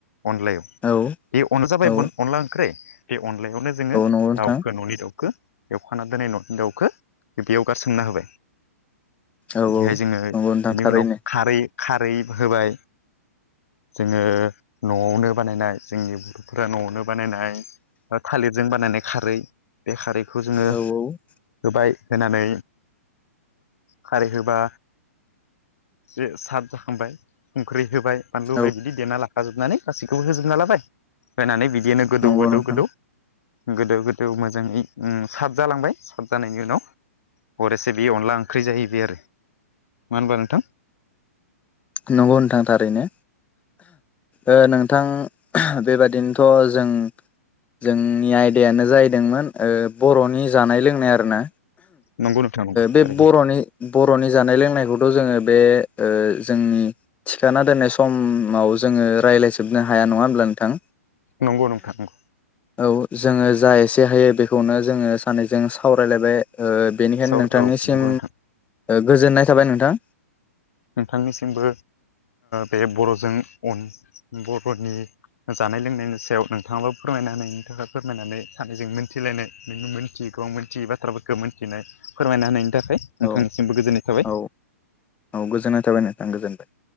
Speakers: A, on the left (about 65°); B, on the left (about 15°).
A: अनलायाव
B: औ
A: बे अना जाबाय
B: औ
A: अनला ओंख्रि बे अनलायावनो जोङो
B: नंगौ नोंथां
A: दाउखौ न'नि दाउ खो एवखाना दोननाय न' नि दावखौ बेयावगा गारसोमना होबाय
B: औ
A: बिदिहाय जोङो
B: नंगौ नोंथां
A: बेनि
B: थारैनो
A: उनाव खारै खारै होबाय जोङो न'आवनो बानायनाय जोंनि बर'फोरा न'आवनो बानायनाय बा थालिरजों बानायनाय खारै बे खारैखौ जोङो
B: औ औ
A: होबाय होनानै खारै होबा जो साद जाखांबाय संख्रि होबाय बानलु होबाय
B: औ
A: बिदि देना लाखाजोबनानै गासैखौबो होजोबना लाबाय होनानै बिदि दिनो गोदौ
B: नंगौ
A: गोदौ
B: नोंथां
A: गोदौ गोदौ गोदौ मोजाङै उम साब जालांबाय साब जानायनि उनाव हर एसे बे अनला ओंख्रि जाहैबाय आरो मा होनबा नोंथां
B: नंगौ नोंथां थारैनो ओ नोंथां बेबा बिदिनोथ' जों जोंनि आयदायानो जाहैदोंमोन बर'नि जानाय लोंनाय आरोना
A: नंगौ नोंथां नंगौ
B: बे
A: ओरैनो
B: बर'नि बर'नि जानाय लोंनायखौथ' जोङो बे जोंनि थिखाना दोननाय समाव जोङो रायज्लायजोबनो हाया नङा होमब्ला नोंथां
A: नंगौ नोंथां नंगौ
B: औ जोङो जाय एसे हायो बेखौनो जोङो सानैजों सावरायलायबाय बेनिखायनो
A: साव
B: नोंथांनिसिम
A: औ नंगौ नोंथां
B: गोजोननाय थाबाय नोंथां
A: नोंथांनिसिमबो बे बर'जों अन बर'नि जानाय लोंनायनि सायाव नोंथाङाबो फोरमायना हनायनि थाखाय फोरमायनानै सानैजों मोनथिलायनाय नों मोनथि गोबां मिथियै बाथ्राफोरखौ मिथिनाय फोरमायना होनायनि थाखाय नोंथांनिसिमबो
B: औ
A: गोजोननाय थाबाय
B: औ औ गोजोननाय थाबाय नोंथां गोजोनथों